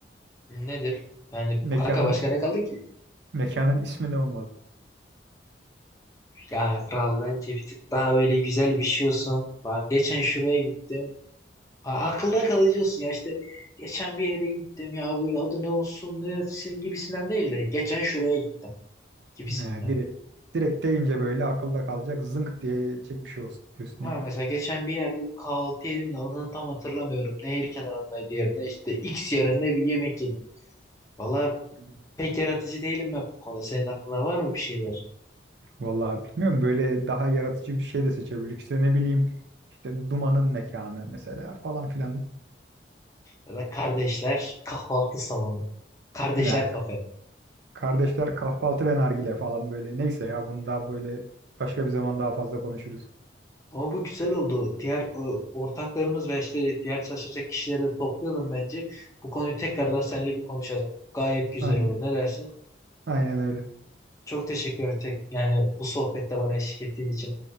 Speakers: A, on the left; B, on the right.
A: Nedir? Yani
B: Mekanın
A: kanka başka ne kaldı ki?
B: mekanın ismi ne olmalı?
A: Ya kral bence bir tık daha böyle güzel bir şey olsun. Lan geçen şuraya gittim. A- akılda kalıcı olsun ya işte. Geçen bir yere gittim ya böyle adı ne olsun ne etsin gibisinden değil de. Geçen şuraya gittim gibisinden.
B: Ne, direkt direkt deyince böyle akılda kalacak zınk diye çek bir şey olsun diyorsun
A: Ama
B: yani.
A: mesela geçen bir yerde bir kahvaltı yedim de adını tam hatırlamıyorum. Nehir kenarındaydı yerine işte X yerinde bir yemek yedim. Valla
B: Hmm.
A: pek yaratıcı değilim ben bu konuda. Senin aklına var mı bir şeyler?
B: Vallahi bilmiyorum böyle daha yaratıcı bir şey de seçebiliriz. İşte ne bileyim işte dumanın mekanı mesela falan filan.
A: Ya da kardeşler kahvaltı salonu. Kardeşler
B: Ne?
A: kafe.
B: Kardeşler kahvaltı ve nargile falan böyle. Neyse ya bunu daha böyle başka bir zaman daha fazla konuşuruz.
A: Ama bu güzel oldu. Diğer o, ortaklarımız ve işte diğer çalışacak kişileri de toplayalım bence. Bu konuyu tekrardan seninle bir konuşalım. Gayet güzel
B: Aynen.
A: olur. Ne dersin?
B: Aynen öyle.
A: Çok teşekkür tek yani bu sohbette bana eşlik ettiğin için.